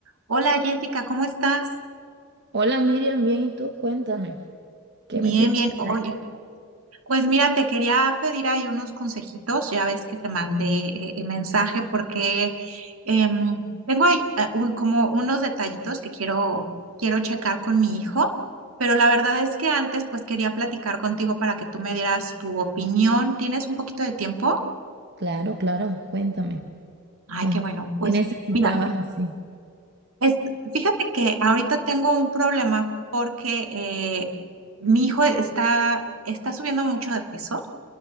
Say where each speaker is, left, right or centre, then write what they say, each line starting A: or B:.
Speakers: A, on the right; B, on the right.
A: Hola Jessica, ¿cómo estás?
B: Hola Miriam, bien, ¿y tú? Cuéntame, ¿qué
A: Bien,
B: me tienes?
A: bien. O-
B: por
A: Oye,
B: ahí?
A: pues mira, te quería pedir ahí unos consejitos. Ya ves que te mandé eh, el mensaje porque em, tengo ahí eh, un- como unos detallitos que quiero, quiero checar con mi hijo, pero la verdad es que antes pues quería platicar contigo para que tú me dieras tu opinión. ¿Tienes un poquito de tiempo?
B: Claro, claro, cuéntame.
A: Ay,
B: Más
A: qué bueno.
B: o menos,
A: Pues
B: ¿qué necesitabas
A: mira.
B: así?
A: Es, fíjate que ahorita tengo un problema porque eh, mi hijo está, está subiendo mucho de peso